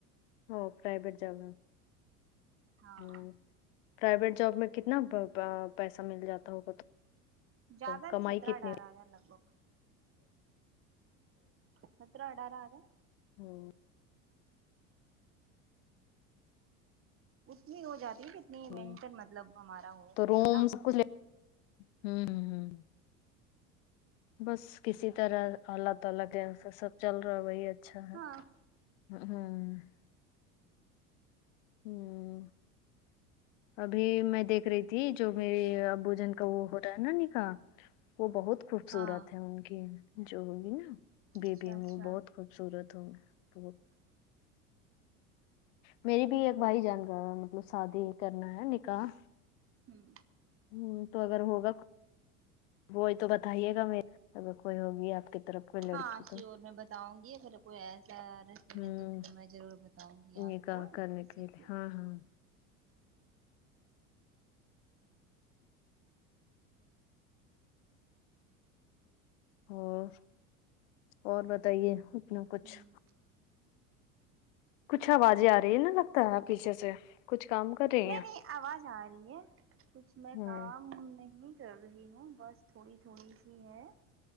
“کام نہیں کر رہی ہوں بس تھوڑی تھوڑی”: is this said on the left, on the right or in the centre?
Right